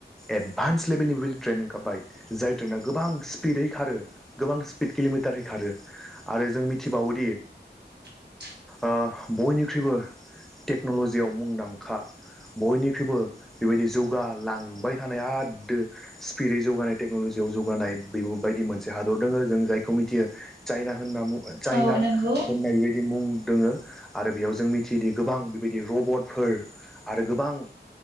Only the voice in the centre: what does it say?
एडभान्स लेभेलनि बिदि ट्रेन ओंखारबाय जाय ट्रेना गोबां स्पिडै खारो गोबां स्पिड किल'मिटारै खारो आरो जों मिथिबावोदि
ओ बयनिख्रुइबो टेक्न'लजियाव मुंदांखा बयनिख्रुइबो बेबायदि जौगालां बाय थानाय आददो स्पिडै जौगानाय टेक्न'लजियाव जौगानाय बायदि मोनसे हादर दङ जों जायखौ मिथियो चाइना होनना मु ओ चाइना
होननाय बेबायदि मुं दङो आरो बेयाव जों मिथियोदि गोबां बेबायदि रबटफोर आरो गोबां